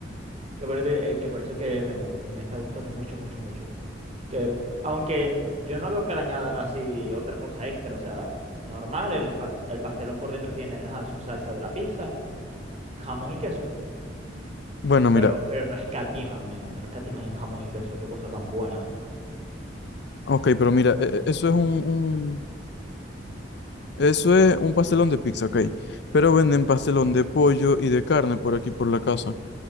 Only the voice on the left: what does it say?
Bueno,
mira.
Ok, pero mira, e- e- eso es un, un- eso es un pastelón de pizza, ok. Pero venden pastelón de pollo y de carne por aquí, por la casa.